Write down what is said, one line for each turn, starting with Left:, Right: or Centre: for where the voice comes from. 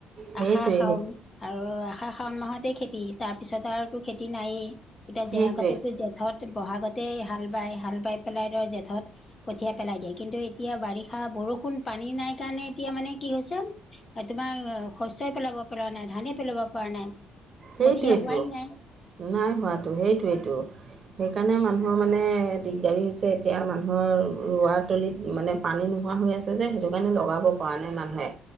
Right: সেইটোৱে
Left: আহাৰ শাওণ
Right: সেই-
Left: আৰু আহাৰ শাওণ মাহতে খেতি তাৰপিছত আৰু টো খেতি নায়েই, এতিয়া
Right: সেইটোৱে
Left: জেঠৰ আগতেটো জেঠ বহাগতেই হাল বায় হাল বাই পেলাই ধৰ জেঠত কঠিয়াই পেলাই দিয়ে কিন্তু এতিয়া বাৰিষাৰ বৰষুণ পানী নাই কাৰণে এতিয়া মানে কি হৈছে তোমাৰ শস্যই পেলাব পৰা নাই ধানে পেলাব পৰা নাই কঠীয়া
Right: সেইটোৱেতো
Left: হোৱাই নাই
Right: নাই হোৱাটো সেইটোৱেইটো সেইকাৰণে মানুহৰ মানে দিগদাৰী হৈছে এতিয়া মানুহৰ ৰোৱাতলিত মানে পানী নোহোৱা হৈ আছে যে সেইটো কাৰণে লগাব পৰা নাই মানুহে